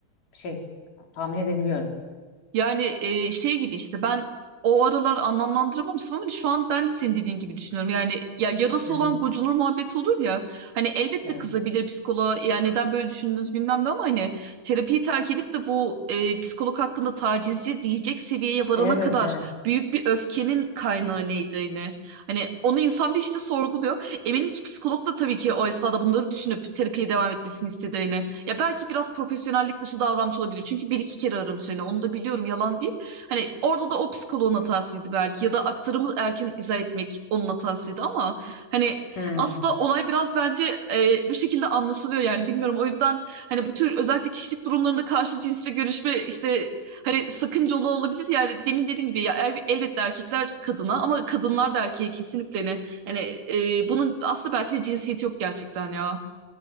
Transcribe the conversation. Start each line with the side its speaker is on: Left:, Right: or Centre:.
Left: şey tahmin edebiliyorum.
Right: Yani e, şey gibi işte ben o aralar anlamlandıramamıştım ama hani şu an ben de senin dediğin gibi düşünüyorum. Yani ya yarası
Left: Hı hı.
Right: olan gocunur muhabbeti olur ya. Hani elbette
Left: Evet.
Right: kızabilir psikoloğa ya neden böyle düşündünüz bilmem ne ama hani terapiyi terk edip de bu e, psikolog hakkında tacizci diyecek seviyeye varana
Left: Evet,
Right: kadar
Left: evet.
Right: büyük bir öfkenin kaynağı neydi yine Hani onu insan bir işte sorguluyor. Eminim ki psikolog da tabii ki o esnada bunları düşünüp terapiye devam etmesini istedi yine. Ya belki biraz profesyonellik dışı davranmış olabilir. Çünkü bir iki kere aramış seni onu da biliyorum yalan değil. Hani orada da o psikoloğun hatasıydı belki ya da aktarımı erken izah etmek onun hatasıydı ama hani
Left: Hmm.
Right: aslında olay biraz bence e, bu şekilde anlaşılıyor yani bilmiyorum. O yüzden hani bu tür özellikle kişilik durumlarında karşı cinsle görüşme işte hani sakıncalı olabilir. Yani demin dediğim gibi ya el- elbette erkekler kadına ama kadınlar da erkeğe kesinlikle ne hani e, bunun aslında belki de cinsiyeti yok gerçekten ya.